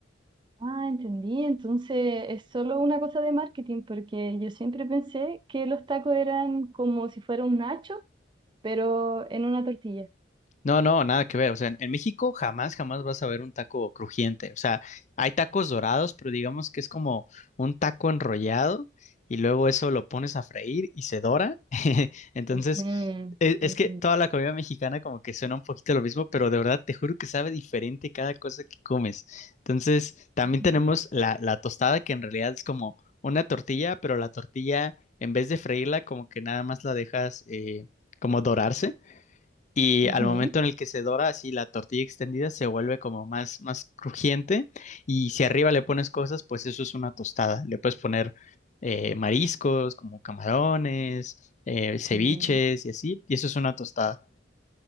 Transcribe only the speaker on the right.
ah, entendí. Entonces es solo una cosa de marketing, porque yo siempre pensé que los tacos eran como si fuera un nacho, pero en una tortilla.
Ujú,
entendí.
Ujú,
ujú,
ujú.